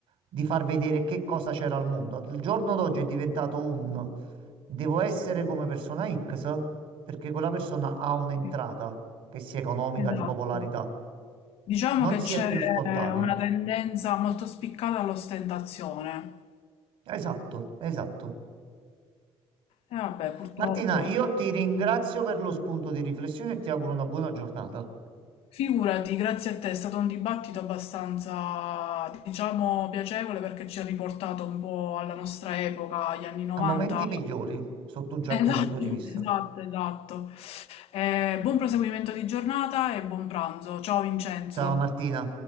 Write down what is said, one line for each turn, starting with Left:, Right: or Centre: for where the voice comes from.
Right: di far vedere che cosa c'era al mondo. Il giorno d'oggi è diventato un devo essere come persona X perché quella persona ha un'entrata
Left: Sì,
Right: che sia economica,
Left: Esatto.
Right: di popolarità.
Left: Diciamo
Right: Non
Left: che
Right: si
Left: c'è
Right: è più spontanei.
Left: una tendenza molto spiccata all'ostentazione.
Right: Esatto, esatto.
Left: E vabbè, purtroppo,
Right: Martina, io ti ringrazio per lo spunto di riflessione e ti auguro una buona giornata.
Left: figurati, grazie a te, è stato un dibattito abbastanza, diciamo, piacevole perché ci ha riportato un po' alla nostra epoca, agli anni 90.
Right: A momenti migliori, sotto un certo
Left: Esatto,
Right: punto di
Left: <laughs>
Right: vista.
Left: esatto, esatto. Eh, buon proseguimento di giornata e buon pranzo. Ciao Vincenzo.
Right: Ciao Martina.